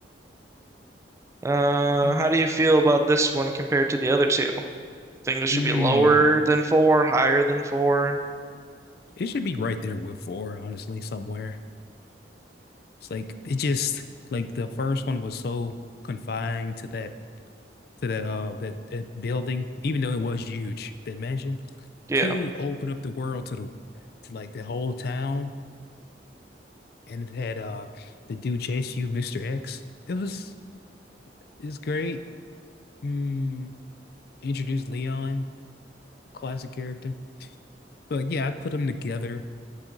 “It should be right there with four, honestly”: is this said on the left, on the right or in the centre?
Left